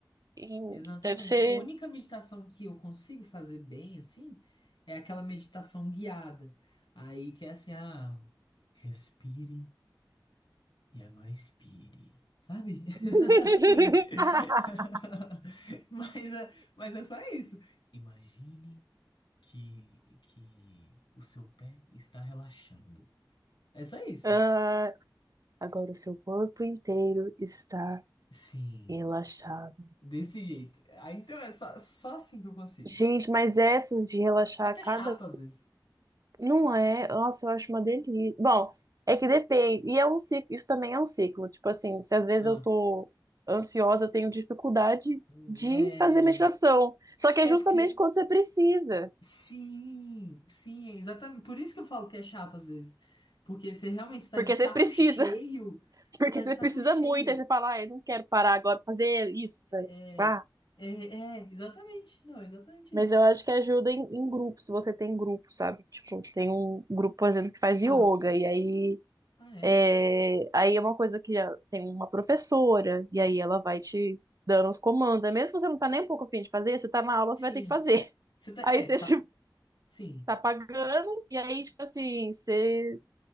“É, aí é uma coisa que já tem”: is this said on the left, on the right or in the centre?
Right